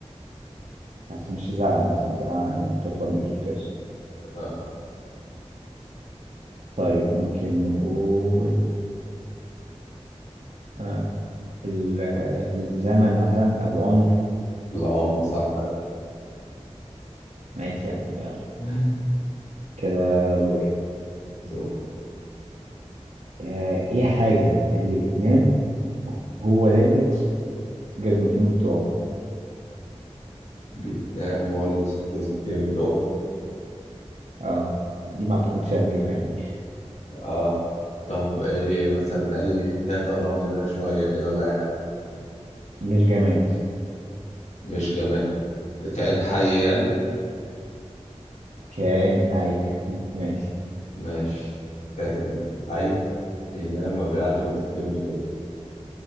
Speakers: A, on the right; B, on the left.
A: عشان مش زرعة مثلا زرعة لما تطول مش بتقصر
B: اه
A: طيب ممكن نقول آه ال- آه، الزمن مثلا أو العمر
B: العمر صح
A: ماشي يعني يلا
B: <laughs>
A: كده دول
B: دول
A: آه إيه الحاجة اللي بتنام وهو لابس جزمتين بتوعه
B: بيتنام وهو لابس الجزمتين بتوعه
A: اه دي ما أعتقدش هتجيبها يعني
B: اه طب ايه مثلا اي حاجة قربني منها شويه كده ولا اي حاجه
A: مش جماد
B: مش جماد ده كائن حي يعني
A: كائن حي <laughs> ماشي
B: ماشي كائن حي بينام ما بيلعش الجزمتين بتوعه